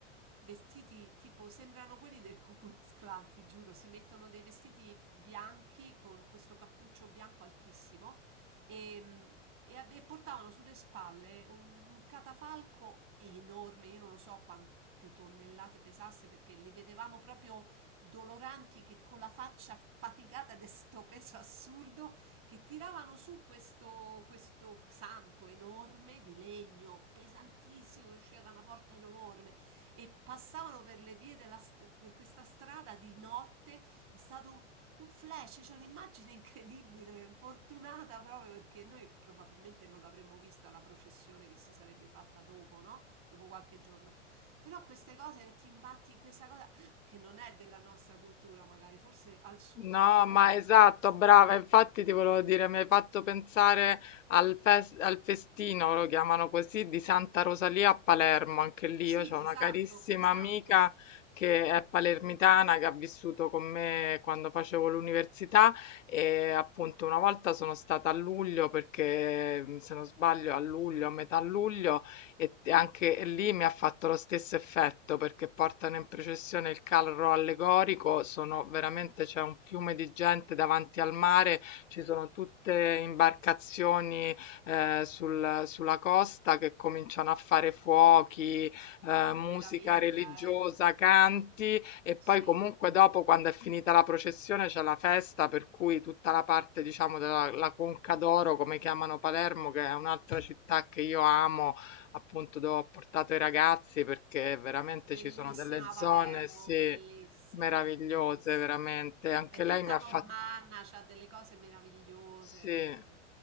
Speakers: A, on the right; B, on the left.
A: vestiti tipo, sembrano quelli del Ku Klux Klan, ti giuro, si mettono dei vestiti bianchi con questo cappuccio bianco altissimo e, e ab- e portavano sulle spalle un un catafalco enorme, io non lo so quante tonnellate pesasse perché li vedevamo proprio doloranti che con la faccia faticata di sto peso assurdo che tiravano su questo, questo santo enorme di legno pesantissimo che usciva da una porta enorme e passavano per le vie della, per questa strada di notte è stato un un flash, c'è un'immagine incredibile, fortunata proprio perché noi probabilmente non l'avremmo vista la processione che si sarebbe fatta dopo, no? Dopo qualche giorno. Però queste cose che ti imbatti in questa cosa ah, che non è della nostra cultura, magari, forse al sud
B: No,
A: ancora
B: ma
A: si fanno.
B: esatto, brava, infatti ti volevo dire, mi hai fatto pensare al, fes- al festino, lo chiamano così, di Santa Rosalia a Palermo, anche lì
A: Sì,
B: io ho una
A: esatto,
B: carissima
A: esatto.
B: amica che è palermitana, che ha vissuto con me quando facevo l'università e appunto una volta sono stata a luglio, perché se non sbaglio a luglio, a metà luglio, e anche lì mi ha fatto lo stesso effetto perché portano in processione il carro allegorico, sono veramente c'è un fiume di gente davanti al mare, ci sono tutte imbarcazioni eh, sul- sulla costa che cominciano a fare fuochi, eh,
A: Che
B: musica
A: meraviglia,
B: religiosa,
A: eh.
B: canti e
A: Sì.
B: poi comunque dopo quando è finita la processione c'è la festa per cui tutta la parte diciamo della la Conca d'Oro come chiamano Palermo che è un'altra città che io amo appunto dove ho portato i ragazzi perché veramente
A: Bellissima
B: ci sono delle zone,
A: Palermo,
B: sì,
A: bellissima,
B: meravigliose,
A: bellissima.
B: veramente. Anche
A: È
B: lei
A: tutta
B: mi ha
A: normanna,
B: fatto
A: c'ha delle cose meravigliose.
B: sì.